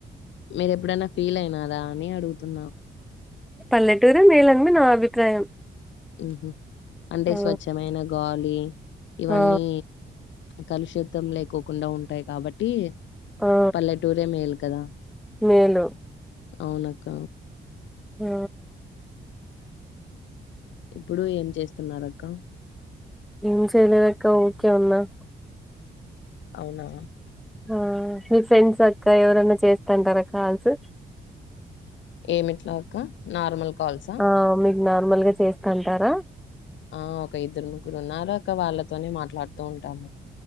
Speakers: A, on the left (about 70°); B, in the centre.
A: మీర ఎప్పుడైనా ఫీల్ అయినారా అని అడుగుతున్నా
B: పల్లెటూరే మేలు అని నా అభిప్రాయం
A: ఉహు అంటే
B: ఆ!
A: స్వచ్ఛమైన గాలి ఏ ఇవన్నీ
B: ఆ!
A: కలుషితం లేకోకుండా ఉంటాయి కాబట్టి
B: ఆ!
A: పల్లెటూరే మేలు కదా
B: మేలు.
A: అవును అక్క
B: ఆ
A: ఇప్పుడు ఏం చేస్తున్నారు అక్క
B: ఏం చెయలేదక్క ఊకే ఉన్న
A: అవున
B: ఆ మీ ఫ్రెండ్స్ అక్క ఎవరన్నా చేస్తాంటారా కాల్స్.
A: ఏమిట్లాక నార్మల్ కాల్సా?
B: ఆ మీ నార్మల్ గా చేస్తంటారా.
A: ఆ ఒక ఇద్దరు, ముగ్గురు ఉన్నారు అక్క వాళ్ళతోనే మాట్లాడుతూ ఉంటాము.